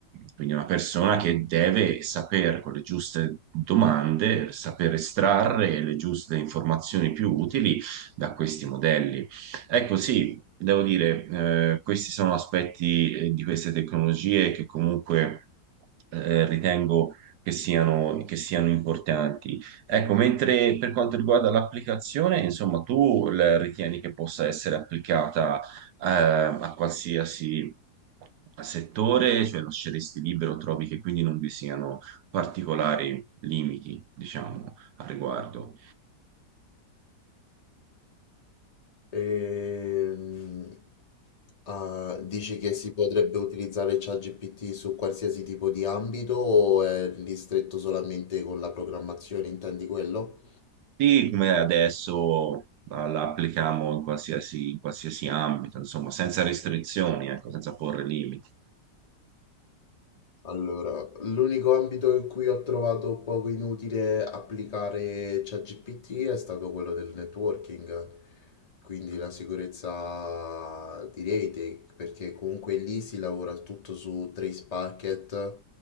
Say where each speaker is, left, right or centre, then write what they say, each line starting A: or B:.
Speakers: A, on the right (about 75°); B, on the left (about 60°).
A: quindi una persona che deve saper con le giuste domande, saper estrarre le giuste informazioni più utili da questi modelli. Ecco, sì, devo dire, eh, questi sono aspetti eh, di queste tecnologie che comunque eh, ritengo che siano, che siano importanti. Ecco, mentre per quanto riguarda l'applicazione, insomma, tu la ritieni che possa essere applicata eh, a qualsiasi settore, cioè lasceresti libero, trovi che quindi non vi siano particolari limiti, diciamo, al riguardo.
B: Ehm, ah, dici che si potrebbe utilizzare ChatGPT su qualsiasi tipo di ambito o è ristretto solamente con la programmazione? Intendi quello?
A: Sì, come adesso ma la applichiamo in qualsiasi, in qualsiasi ambito, insomma, senza restrizioni, ecco, senza porre limiti.
B: Allora, l'unico ambito in cui ho trovato poco inutile applicare ChatGPT è stato quello del networking, quindi la sicurezza di rete, perché comunque lì si lavora tutto su trace packet